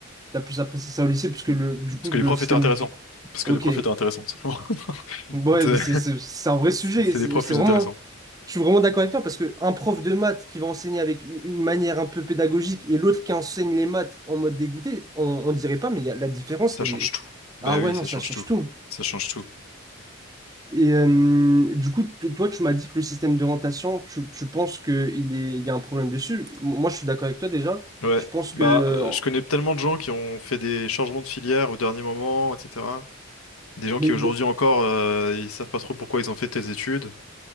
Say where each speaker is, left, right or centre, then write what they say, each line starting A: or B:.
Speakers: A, on the right; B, on the left.
A: T'as plus apprécié ça au lycée puisque le, du coup,
B: Parce que
A: le
B: les profs
A: système
B: étaient intéressants.
A: d'éducation.
B: Parce que
A: Ok.
B: les profs étaient intéressants, tout simplement.
A: Ouais,
B: C'est
A: mais c'est c'est- c'est un vrai sujet.
B: c'est
A: C'est
B: les profs
A: c'est
B: plus
A: vraiment.
B: intéressants.
A: Je suis vraiment d'accord avec toi parce que un prof de maths qui va enseigner avec une une manière un peu pédagogique et l'autre qui enseigne les maths en mode dégoûté, on, on dirait pas, mais il y a, la différence,
B: Ça
A: elle
B: change
A: est...
B: tout. Bah
A: Ah
B: oui,
A: ouais, non,
B: ça
A: ça
B: change
A: change
B: tout.
A: tout.
B: Ça change tout.
A: Et euh, du coup, t- toi, tu m'as dit que le système d'orientation, tu, tu penses qu'il est, il y a un problème dessus. M- Moi, je suis d'accord avec toi déjà.
B: Ouais.
A: Je pense
B: Bah,
A: que... euh,
B: euh, je connais tellement de gens qui ont fait des changements de filière au dernier moment, etc. Des gens
A: Mais...
B: qui aujourd'hui
A: de-
B: encore, euh, ils savent pas trop pourquoi ils ont fait telles études.